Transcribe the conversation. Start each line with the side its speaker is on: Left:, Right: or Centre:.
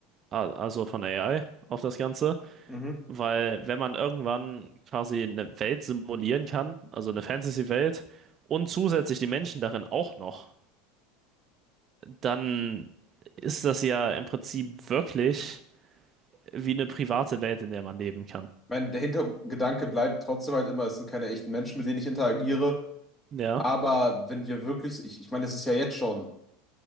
Right: also von AI auf das Ganze.
Left: Mhm.
Right: Weil wenn man irgendwann quasi eine Welt simulieren kann, also eine Fantasy-Welt, und zusätzlich die Menschen darin auch noch, dann ist das ja im Prinzip wirklich wie eine private Welt, in der man leben kann.
Left: Mein, der Hintergedanke bleibt trotzdem halt immer, es sind keine echten Menschen, mit denen ich interagiere.
Right: Ja,
Left: Aber wenn wir wirklich, ich, ich meine, es ist ja jetzt schon